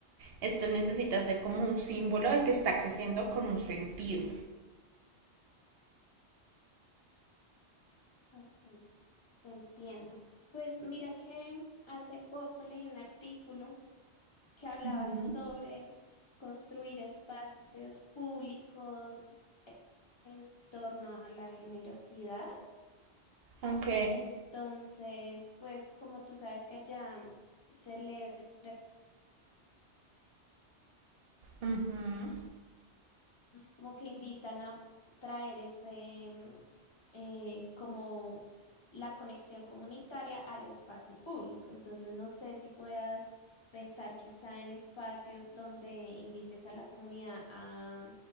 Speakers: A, on the right; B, on the left.
A: esto necesita ser como un símbolo de que está creciendo con un sentido.
B: ok, te entiendo. Pues mira que hace poco leí un artículo que hablaba
A: Ujú.
B: sobre construir espacios públicos en torno a la generosidad.
A: Ok.
B: Entonces, pues como tú sabes que allá celebran
A: ujú.
B: como que invitan a traer ese, mm, eh, como la conexión comunitaria al espacio público. Entonces, no sé si puedas pensar quizá en espacios donde invites a la comunidad a,